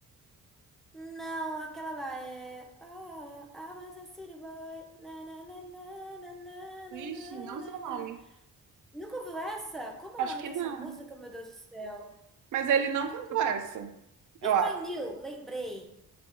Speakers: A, in the centre; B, on the right.
A: Não, aquela lá é. Oh, I was a city boy. Na, na, na, na, na, na,
B: Vixe,
A: na, na,
B: não sei
A: na,
B: o
A: na.
B: nome.
A: Nunca ouviu essa? Como
B: Acho
A: é o nome
B: que
A: dessa
B: não.
A: música, meu Deus do céu?
B: Mas ele não cantou essa, eu
A: If
B: acho.
A: I Knew, lembrei.